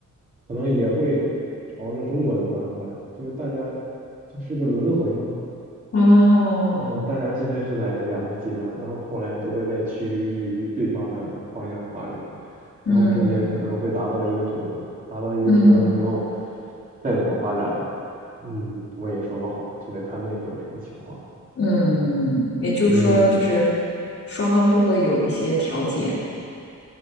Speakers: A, on the right; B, on the left.
A: 可能也会朝着中国的方向发展，就是大家就是个轮回嘛。
B: 哦，
A: 然后大家现在是在两个极端，然后后来都会在趋于对方的方向发展，
B: 嗯。
A: 然后中间可能会达到一个平衡，达到一个平衡之后，
B: 嗯
A: 再怎么发展，嗯，我也说不好，就得看那时候什么情况。
B: 嗯，也就是说，
A: 嗯，
B: 就是双方都会有一些调节。